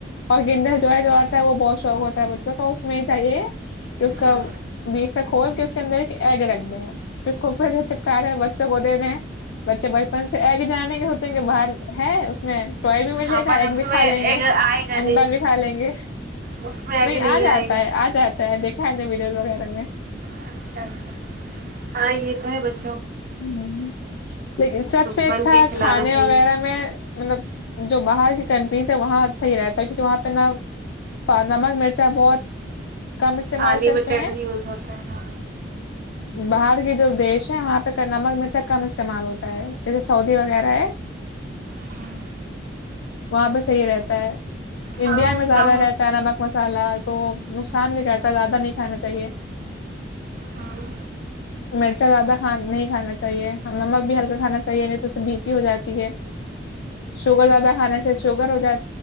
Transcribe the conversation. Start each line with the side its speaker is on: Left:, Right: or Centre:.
Left: اور گیندا جو ہے جو آتا ہے وہ بہت شوق ہوتا ہے بچوں کا اس میں چاہیے کہ اس کا
Right: ہاں
Left: بیس تک کول کہ اس کے اندر ایک ایگ رگ میں پھر اس کو پھر سے چپکاے ہیں بچوں کو دینے ہیں بچے بچپن سے آگے جانیں گے سچیں گے باہر ہے اس میں ٹو بھی مل
Right: ہاں
Left: جے گا
Right: بٹ
Left: ایگ
Right: اس
Left: بھی
Right: میں
Left: کھا لیں گے
Right: ایک آئے گا
Left: انڈا
Right: نہیں
Left: بھی کھا لیں گے
Right: اس میں آگے
Left: نہیں آ جاتا
Right: آئے گا
Left: ہے آ جاتا ہے دیکھا نہیں م ز وغیرہ میں
Right: اچھا اچھا ہاں یہ تمہیں بچ
Left: ہ لیکن سب سے اچھا
Right: بن کے کھلانا
Left: کھانے
Right: چاہیے
Left: وغیرہ میں مطلب جو باہر کی کنٹ سے وہاں صح رہتا ہے کیونکہ وہاں پہ نا نمک مرچا بہت کم استعمال
Right: ان لمیٹیڈ
Left: کرتے ہیں
Right: یوز ہوتا ہیں نا
Left: باہر کے جو دیش ہیں وہاں پہ نمک مرچا کم استعمال ہوتا ہے جیسے سعودی وغیرہ ہے
Right: ہاں
Left: وہاں پہ صحی رہتا ہے انڈیا
Right: ہاں
Left: میں زیادہ
Right: کم
Left: رہتا ہے نمک مسالہ تو نقصان بھی کرتا زیادہ نہیں کھانا چاہیے
Right: ہاں۔
Left: مرچا زادہ ہاں نہیں کھانا چاہیے ہاں نمک بھی ہلکا کھانا چاہیے نہیں تو اس سے بی پی ہو جاتی ہے شوگر زیادہ کھانے سے شوگر ہو جاتا